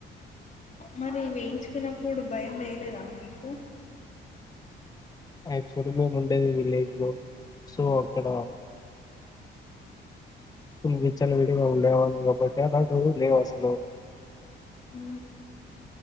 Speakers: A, on the left; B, on the left.
A: మరి వేయించుకున్నప్పుడు భయం వేయలేదా మీకు
B: ఐసర మేము ఉండేది విలేజ్ లో సో అక్కడ విచ్చలవిడిగా ఉండేవాళ్ళు కాబట్టి అలాంటి లేవు అసలు
A: ఉ